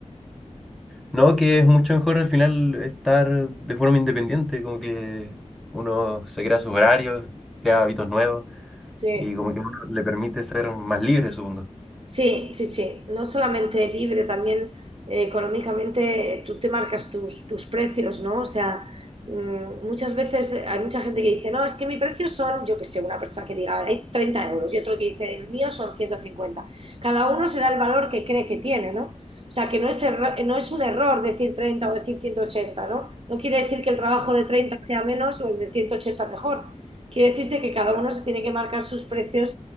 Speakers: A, in the centre; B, on the right (about 50°).
A: No, que es mucho mejor al final estar de forma independiente, como que uno se crea sus horarios, crea hábitos nuevos
B: Sí.
A: y como que uno le permite ser más libre, supongo.
B: Sí, sí, sí. No solamente libre, también eh, económicamente eh, tú te marcas tus, tus precios, ¿no? O sea, mm, muchas veces hay mucha gente que dice, no, es que mi precio son, yo qué sé, una persona que diga, hay 30 euros y otro que dice, el mío son 150. Cada uno se da el valor que cree que tiene, ¿no? O sea, que no es, erro- no es un error decir 30 o decir 180, ¿no? No quiere decir que el trabajo de 30 sea menos o el de 180 mejor. Quiere decirse que cada uno se tiene que marcar sus precios